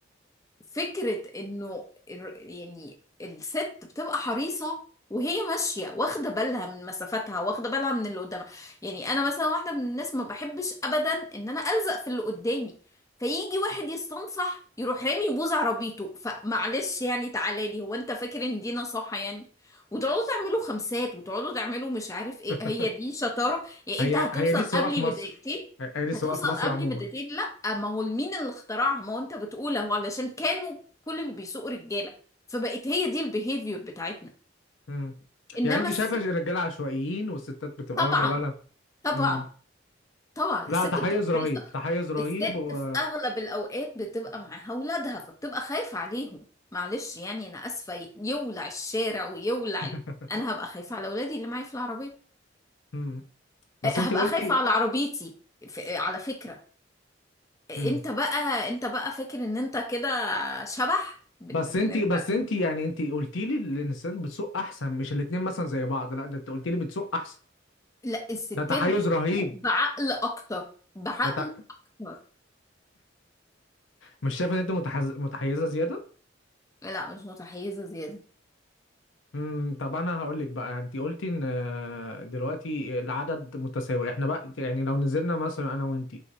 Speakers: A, on the left (about 15°); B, on the left (about 80°).
A: فكرة انه الر- يعني الست بتبقى حريصة وهي ماشية واخدة بالها من مسافتها واخدة بالها من اللي قدامها يعني انا مثلا واحدة من الناس ما بحبش ابدا ان انا الزق في اللي قدامي فيجي واحد يستنصح يروح رامي بوز عربيته فمعلش يعني تعالى لي هو انت فاكر ان دي نصيحة يعني وتقعدوا تعملوا خمسات وتقعدوا تعملوا مش عارف ايه
B: <laughs>
A: هي دي شطارة يعني
B: هي
A: انت هتوصل
B: هي دي السواقه
A: قبلي
B: في مصر
A: بدقيقتين
B: هي دي السواقه
A: هتوصل
B: في مصر
A: قبلي
B: عموما
A: بدقيقتين اما هو مين اللي اخترعها ما هو انت بتقول اهو علشان كانوا كل اللي بيسوقوا رجاله فبقت هي دي البيهيفير بتاعتنا
B: مم.
A: انما
B: يعني انت
A: الست
B: شايفه الرجاله عشوائيين والستات بتبقى
A: طبعا
B: واخده بالها
A: طبعا
B: مم.
A: طبعا الست
B: لا تحيز
A: بتبقى
B: رهيب
A: حريصه
B: تحيز رهيب
A: الست
B: و...
A: في اغلب الاوقات بتبقى معاها اولادها فبتبقى خايفه عليهم معلش يعني انا اسفه ي- يولع الشارع ويولع
B: <laughs>
A: ال- انا هبقى خايفه على اولادي اللي معايا في العربيه
B: مم. بس
A: أه،
B: انت
A: هبقى
B: قلتي
A: خايفه على عربيتي ف- على فكره انت
B: مم.
A: بقى انت بقى فاكر ان انت كده شبح ان
B: بس انت
A: انت
B: بس انت يعني انت قلتي لي ان الستات بتسوق احسن مش الاتنين مثلا زي بعض لا ده انت قلتي لي بتسوق احسن
A: لا الستات
B: ده تحيز
A: بتسوق
B: رهيب
A: بعقل اكتر بعقل
B: ده ت...
A: اكتر
B: مش شايفه ان انت متحز... متحيزه زياده
A: لا مش متحيزه زياده
B: امم طب انا هقول لك بقى انت قلتي ان آه، دلوقتي العدد متساوي احنا بقى يعني لو نزلنا مثلا انا وانت